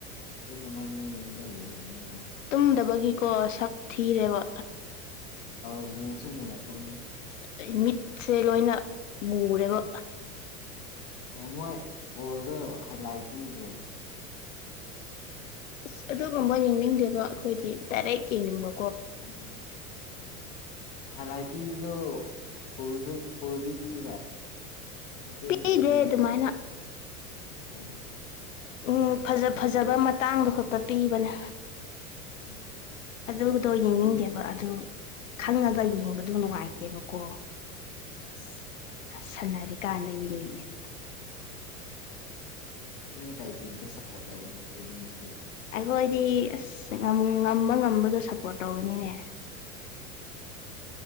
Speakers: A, on the left; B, on the left.
A: ꯄꯨꯡ ꯑꯃ ꯑꯅꯤꯗ ꯂꯣꯏꯔꯝꯅꯤꯅ
B: ꯇꯨꯝꯗꯕꯒꯤꯀꯣ ꯁꯛ ꯊꯤꯔꯦꯕ
A: ꯑꯧ ꯃꯨꯁꯨꯨ ꯃꯔꯛꯀꯅꯤ
B: ꯑꯩ ꯃꯤꯠꯁꯦ ꯂꯣꯏꯅ ꯃꯨꯔꯦꯕ
A: ꯑꯣ ꯃꯣꯏ ꯕꯣꯜꯗꯣ ꯍꯥꯏꯂꯥꯏ ꯄꯤꯗ꯭ꯔꯣ
B: ꯑꯁ ꯑꯗꯨꯒꯨꯝꯕ ꯌꯦꯡꯅꯤꯡꯗꯦꯕ ꯑꯩꯈꯣꯏꯗꯤ ꯗꯥꯏꯔꯦꯛ ꯌꯦꯡꯅꯤꯡꯕ
A: ꯎꯝ ꯍꯥꯏꯂꯥꯏꯠ ꯄꯤꯕꯗꯣ ꯐꯨ ꯐꯨꯜꯗꯤ ꯄꯤꯕ꯭ꯔꯥ ꯃꯇꯦꯛ
B: ꯄꯤꯗꯦ
A: ꯃꯇꯦꯛ ꯂ ꯅꯠꯇ꯭ꯔꯒ
B: ꯑꯗꯨꯃꯥꯏꯅ
A: ꯑꯣ
B: ꯎꯝ ꯐꯖ ꯐꯖꯕ ꯃꯇꯥꯡꯗꯣ ꯈꯛꯇ ꯄꯤꯕꯅꯦ
A: ꯑꯣ
B: ꯑꯗꯨꯗꯣ ꯌꯦꯡꯅꯤꯡꯗꯦꯕ
A: ꯑꯗꯨ
B: ꯑꯗꯨ ꯈꯪꯉꯒ
A: ꯑꯣ ꯑꯣ
B: ꯌꯦꯡꯕ ꯑꯗꯨ ꯅꯨꯡꯉꯥꯏꯇꯦꯕꯀꯣ
A: ꯁꯦꯁ
B: ꯁꯟꯅꯔꯤꯀꯥꯟꯗ ꯌꯦꯡꯅꯤꯡꯉꯦ
A: ꯅꯪ ꯀꯩ ꯇꯤꯝꯗ ꯁꯄꯣꯔꯠ ꯇꯧꯅꯦ ꯑꯗꯨꯗꯤ ꯉꯁꯤ
B: ꯅꯣꯏꯗꯤ ꯑꯁ ꯉꯝ ꯉꯝꯕ ꯉꯝꯕꯗꯣ ꯁꯞꯄꯣꯔꯠ ꯇꯧꯕꯅꯤꯅꯦ